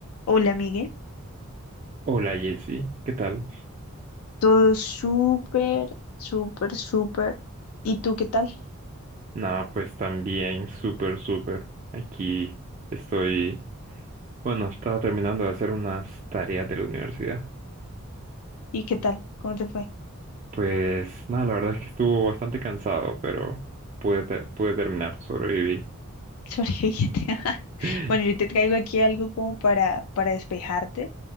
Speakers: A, on the left; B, on the right.
A: Hola, amigue.
B: Hola Jessy, ¿qué tal?
A: Todo súper, súper, súper. ¿Y tú qué tal?
B: Nada, pues también súper, súper. Aquí estoy, bueno, estaba terminando de hacer unas tareas de la universidad.
A: ¿Y qué tal? ¿Cómo te fue?
B: Pues nada, la verdad es que estuvo bastante cansado, pero pude, te- pude terminar, sobreviví.
A: <laughs> ¿Sobreviviste? <laughs>
B: <laughs>
A: Bueno, yo te traigo aquí algo como para, para despejarte